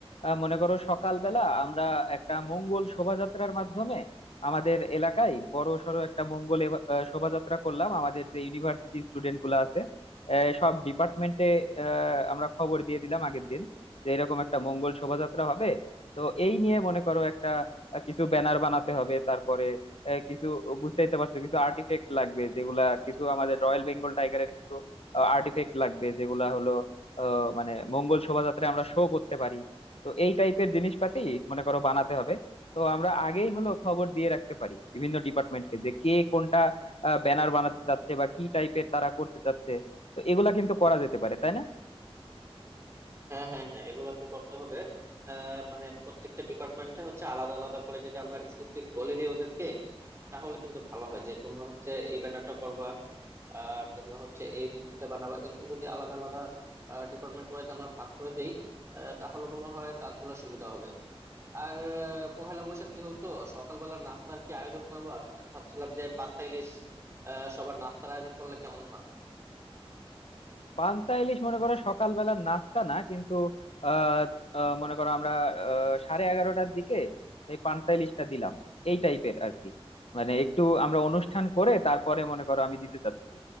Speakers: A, on the left (about 70°); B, on the right (about 25°).
A: আহ, মনে করো সকালবেলা আমরা একটা মঙ্গল শোভাযাত্রার মাধ্যমে আমাদের এলাকায় বড় সড়ো একটা মঙ্গল এভা- আহ, শোভাযাত্রা করলাম আমাদের যে ইউনিভার্সিটি স্টুডেন্ট গুলো আছে আহ, সব ডিপার্টমেন্টে আমরা খবর দিয়ে দিলাম আগের দিন যে এরকম একটা মঙ্গল শোভাযাত্রা হবে তো এই নিয়ে মনে করো একটা আহ, কিছু ব্যানার বানাতে হবে তারপরে আহ, কিছু বুঝতেই তো পারছো কিছু আর্টিফেক্ট লাগবে যেগুলা কিছু আমাদের রয়্যাল বেঙ্গল টাইগারের কিছু আর্টিফেক্ট লাগবে যেগুলা হলো আহ, মানে মঙ্গল শোভাযাত্রায় আমরা শো করতে পারি তো এই টাইপের জিনিসপাতি মনে করো বানাতে হবে তো আমরা আগেই হলো খবর দিয়ে রাখতে পারি বিভিন্ন ডিপার্টমেন্টকে যে কে কোনটা ব্যানার বানাতে চাচ্ছে বা কি টাইপের তারা করতে চাচ্ছে তো এগুলা কিন্তু করা যেতে পারে তাই না
B: হ্যাঁ হ্যাঁ হ্যাঁ এগুলা তো করতে হবে আহ, মানে প্রত্যেকটা ডিপার্টমেন্টে হচ্ছে আলাদা আলাদা করে যদি আমরা স্পেসিফিক বলে দিই ওদেরকে তাহলে কিন্তু ভালো হয় যে তোমরা হচ্ছে এই ব্যানারটা করবা আর তোমরা হচ্ছে এই মূর্তিটা বানাবা এরকম যদি আলাদা আলাদা ডিপার্টমেন্ট ওয়াইজ আমরা ভাগ করে দেই আহ, তাহলে মনে হয় কাজগুলো সুবিধা হবে আর আহ, পহেলা বৈশাখ যেহেতু সকালবেলা নাস্তার কি আয়োজন করবা আমি ভাবছিলাম যে পান্তা ইলিশ আহ, সবার নাস্তার আয়োজন করলে কেমন হয়
A: পান্তা ইলিশ মনে করো সকালবেলার নাস্তা না কিন্তু আহ আহ, মনে করো আমরা আহ, সাড়ে এগারোটার দিকে এই পান্তা ইলিশটা দিলাম এই টাইপের আর কি মানে একটু আমরা অনুষ্ঠান করে তারপরে মনে করো আমি দিতে চাচ্ছি